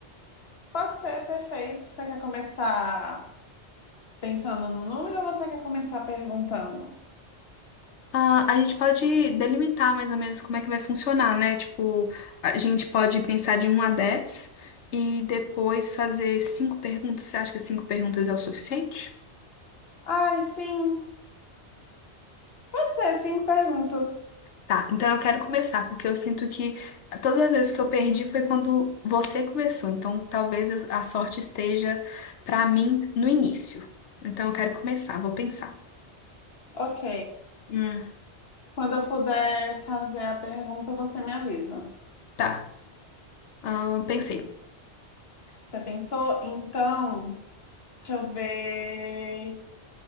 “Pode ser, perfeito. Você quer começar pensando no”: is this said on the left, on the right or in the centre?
Left